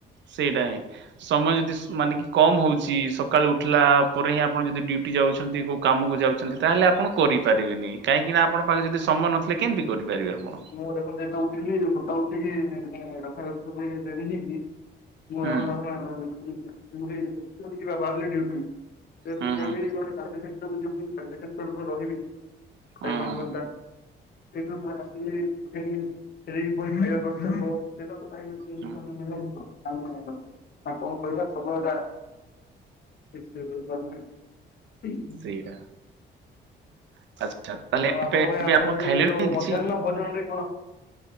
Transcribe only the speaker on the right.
ସେଇଟା ହିଁ, ସମୟ ଯଦି ମାନେ କି କମ୍ ହଉଚି। ସକାଳୁ ଉଠିଲା ପରେ ହିଁ ଆପଣ ଯଦି ଡ୍ୟୁଟି ଯାଉଛନ୍ତି, କଉ କାମକୁ ଯାଉଛନ୍ତି, ତା'ହେଲେ ଆପଣ କରିପାରିବେନି। କାହିଁକି ନା ଆପଣ ପାଖରେ ଯଦି ସମୟ ନଥିଲେ, କେମ୍ତି କରିପାରିବେ ଆପଣ?
ହୁଁ
ହୁଁ ହୁଁ
ହୁଁ
ହୁଁ
ସେଇଟା। <inaudible>
ଏବେ
ଏବେ
ଖାଇଲେଣି
କିଛି